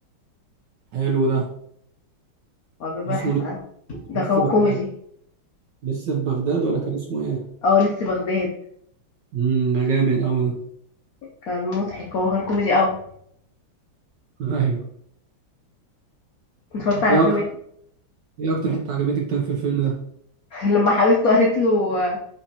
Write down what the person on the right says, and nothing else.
حلو ده
اسمه لس-
لسه
بغداد
لسه في بغداد ولا كان اسمه ايه
امم ده جامد قوي ده
<laughs> ايوه
ايه
اكتر
ايه اكتر حته عجبتك طيب في الفيلم ده